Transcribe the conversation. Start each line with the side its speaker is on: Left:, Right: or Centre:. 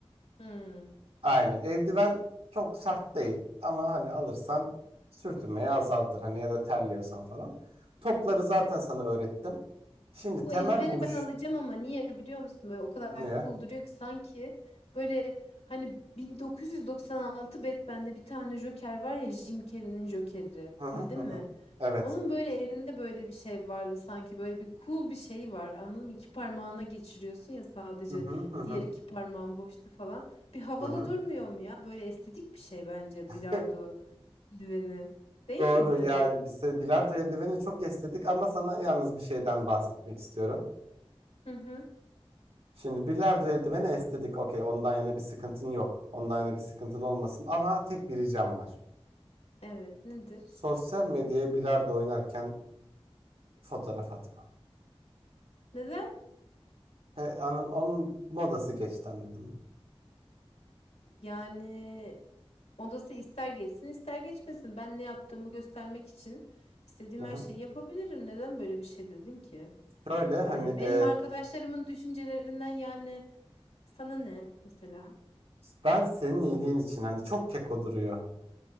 Left: Hmm.
Right: Aynen. Eldiven çok sert değil ama hani alırsan sürtünmeyi azaltır. Hani ya da terliyorsan falan. Topları zaten sana öğrettim. Şimdi
Left: Bu
Right: temel
Left: eldiveni
Right: vuruş
Left: ben alacağım ama niye biliyor musun? Böyle o kadar
Right: niye?
Left: cool duruyor ki sanki böyle hani 1996 Batman'de bir tane Joker var ya Jim Carrey'nin Joker'i.
Right: Hı hı
Left: Bildin
Right: hı.
Left: mi?
Right: hı. Evet.
Left: Onun böyle elinde böyle bir şey vardı sanki böyle bir cool bir şey var anladın mı? İki parmağına geçiriyorsun ya sadece
Right: Hı hı hı hı.
Left: diğer iki parmağın boştu falan. Bir havalı
Right: hı hı.
Left: durmuyor mu ya? Böyle estetik bir şey bence
Right: <laughs>
Left: bilardo eldiveni. Değil
Right: Doğru
Left: mi?
Right: ya işte bilardo eldiveni çok estetik ama sana yalnız bir şeyden bahsetmek istiyorum.
Left: Hı hı.
Right: Şimdi bilardo eldiveni estetik. Okey, ondan yana bir sıkıntın yok. Ondan yana bir sıkıntın olmasın. Ama tek bir ricam var.
Left: Evet nedir?
Right: Sosyal medyaya bilardo oynarken fotoğraf atma.
Left: Neden?
Right: He, onun, onun modası geçti anladın mı?
Left: Yani odası ister geçsin ister geçmesin. Ben ne yaptığımı göstermek için istediğim
Right: Hı-hı.
Left: her şeyi yapabilirim. Neden böyle bir şey dedin ki?
Right: Şöyle
Left: Hani
Right: hani
Left: benim
Right: e,
Left: arkadaşlarımın düşüncelerinden yani sana ne mesela?
Right: ben senin iyiliğin için hani çok keko duruyor.